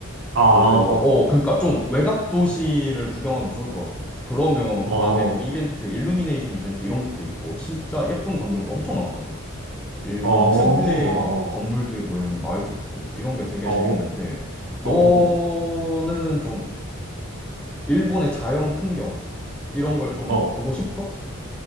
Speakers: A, on the right; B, in the centre.
A: 아, 어,
B: 그래서 어
A: 어.
B: 그러니까 좀 외곽 도시를 구경하면 좋을 것 같아. 그러면
A: 어.
B: 밤에 뭐 이벤트, 일루미네이션 이벤트 이런 것도 있고 진짜 예쁜 광경도 엄청 많거든. 일본
A: 어, 어,
B: 특유의 막 건물들 모여 있는 마을도 있고 이런 게 되게
A: 어,
B: 재밌는데 너는
A: 어, 어,
B: 좀 일본의 자연 풍경 이런 걸 좀
A: 어.
B: 보고 싶어?